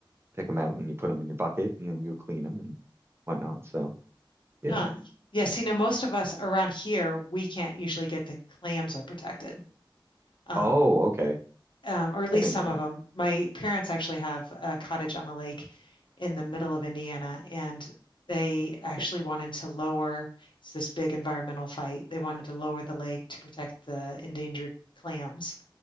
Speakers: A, on the right (about 30°); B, on the left (about 65°).
A: pick them out and you put them in your bucket and then you clean them and whatnot. So yeah.
B: Huh. Yes. You know, most of us around here, we can't usually get the clams are protected. Um,
A: Oh, okay.
B: um, or at
A: I
B: least
A: didn't
B: some
A: know
B: of
A: that.
B: them. My parents actually have a cottage on a lake in the middle of Indiana, and they actually wanted to lower, it's this big environmental fight. They wanted to lower the lake to protect the endangered clams,